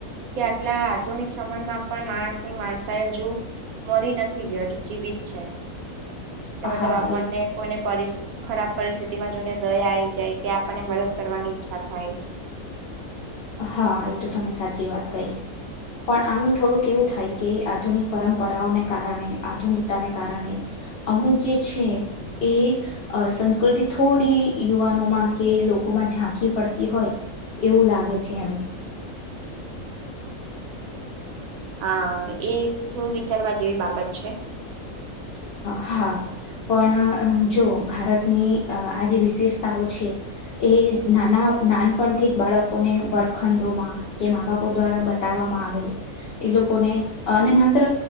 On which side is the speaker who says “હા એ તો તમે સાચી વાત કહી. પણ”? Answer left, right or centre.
Left